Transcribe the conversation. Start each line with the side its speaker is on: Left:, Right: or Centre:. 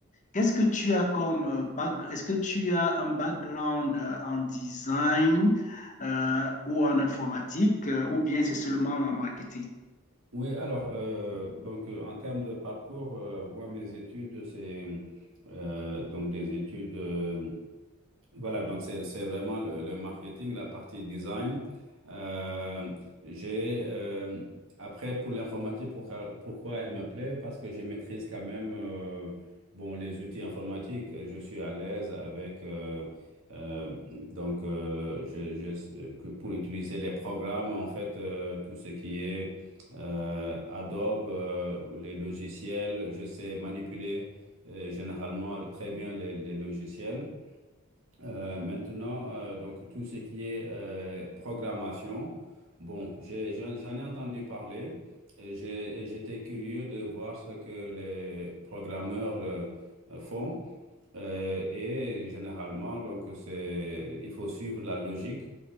Left: Qu'est-ce que tu as comme background? Est-ce que tu as un background euh, en design euh, ou en informatique euh, ou bien c'est seulement en marketing?
Right: Oui, alors, euh, donc euh, en termes de parcours, euh, moi, mes études, c'est euh, donc des études. euh, Voilà, donc c'est c'est vraiment le, le marketing, la partie design. Euh, j'ai euh, après pour l'informatique, pourquoi, pourquoi elle me plaît? Parce que je maîtrise quand même euh, bon les outils informatiques. Je suis à l'aise avec euh, euh, donc euh, je, je- que pour utiliser les programmes en fait euh, tout ce qui est euh, Adobe, euh, les logiciels, je sais manipuler euh, généralement très bien les les logiciels. Euh, maintenant, euh, donc tout ce qui est euh, programmation, bon, j'ai- j'en j'en ai entendu parler et j'ai- et j'étais curieux de voir ce que les programmeurs euh, euh, font. Euh, et généralement, donc c'est, il faut suivre la logique.